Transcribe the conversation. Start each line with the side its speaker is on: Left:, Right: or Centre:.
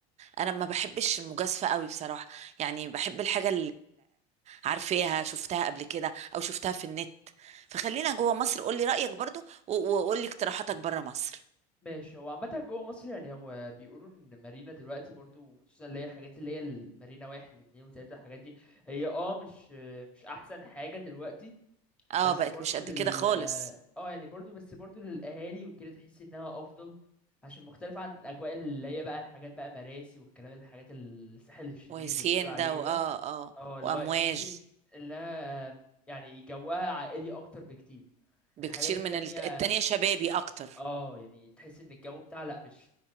Right: انا ما بحبش المجازفه قوي بصراحه يعني بحب الحاجه عارفاها شفتها قبل كده او شفتها في النت فخلينا جوه مصر قولي رأيك برضو و- وقولي اقتراحاتك بره مصر
Centre: ماشي هو عامة جوه مصر يعني هو بيقولوا ان مارينا دلوقتي برضو خصوصا اللي هي الحاجات اللي هي المارينا واحد واتنين وتلاتة الحاجات دي هي اه مش مش احسن حاجة دلوقتي
Right: اه
Centre: بس
Right: بقت
Centre: برضو
Right: مش قد
Centre: لل
Right: كده خالص
Centre: اه آه، يعني برضو بس برضو للاهالي وكده تحس انها افضل عشان مختلف عن الاجواء اللي هي بقى الحاجات بقى مراسي والكلام الحاجات الساحل الشرير
Right: وهسيان
Centre: اللي بيقول عليه
Right: ده واه
Centre: ده
Right: اه آه،
Centre: اه اللي
Right: وامواج
Centre: هو تحسي انها يعني جوها عائلي اكتر بكتير
Right: بكتير
Centre: الحاجات التانية
Right: من الت- التانية شبابي اكتر
Centre: اه يعني تحس ان الجو بتاع لا مش